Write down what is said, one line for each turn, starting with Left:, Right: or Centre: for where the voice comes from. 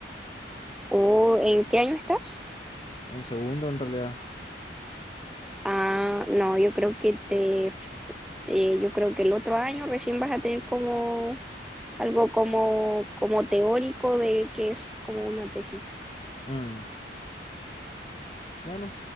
Centre: ¿O en qué año estás?
Left: En segundo, en realidad.
Centre: Ah, no, yo creo que te, eh, yo creo que el otro año recién vas a tener como algo como, como teórico de que es como una tesis.
Left: Mm, Bueno,